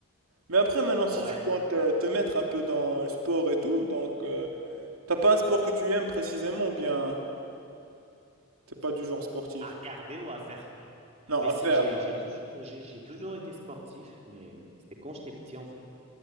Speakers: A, on the right; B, on the right.
A: Mais après, maintenant, si
B: Ouais.
A: tu comptes euh, te mettre un peu dans le sport et tout, donc euh, t'as pas un sport que tu aimes précisément ou bien t'es pas du genre sportif?
B: à regarder ou à faire.
A: Non,
B: Mais
A: à
B: si,
A: faire.
B: j'ai, j'ai toujours, j'ai, j'ai toujours été sportif, mais c'était quand j'étais petit, en fait.